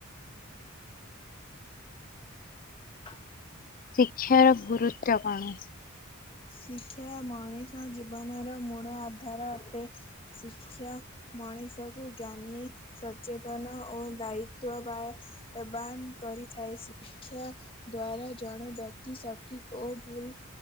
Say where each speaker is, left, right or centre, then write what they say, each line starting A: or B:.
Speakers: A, on the left; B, on the left.
A: <unintelligible>
B: ଶିକ୍ଷାର ଗୁରୁତ୍ୱ କଣ?
A: ଶିକ୍ଷା ମଣିଷ ଜୀବନର ମୂଳ ଆଧାର ଅଟେ ଶିକ୍ଷା ମଣିଷକୁ ଜ୍ଞାନୀ ସଚେତନ ଓ ଦାୟିତଵବାନ କରି ଥାଏ ଶିକ୍ଷା ଦ୍ଵାରା ଜଣେ ବ୍ୟକ୍ତି ସଠିକ ଓ ଭୁଲ